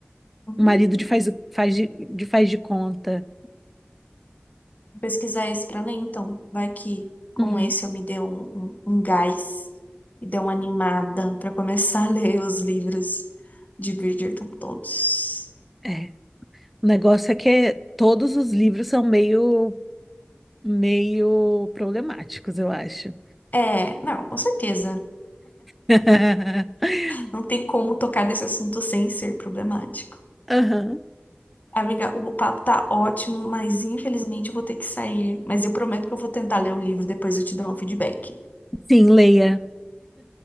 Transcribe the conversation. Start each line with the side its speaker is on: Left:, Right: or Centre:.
Left: hum.
Centre: O marido de faz, faz de, de faz de conta.
Left: Vou pesquisar esse pra ler, então. Vai que com
Centre: Uhum,
Left: esse eu me dê um, um, um gás e dê uma animada pra começar a <laughs> ler os livros de Bridgerton todos.
Centre: é. O negócio é que todos os livros são meio, meio problemáticos, eu acho.
Left: É, não, com certeza.
Centre: <laughs>
Left: Não tem como tocar nesse assunto sem ser problemático.
Centre: Aham.
Left: Amiga, o papo tá ótimo, mas infelizmente eu vou ter que sair. Mas eu prometo que eu vou tentar ler o livro, depois eu te dou um feedback.
Centre: Sim, Leia.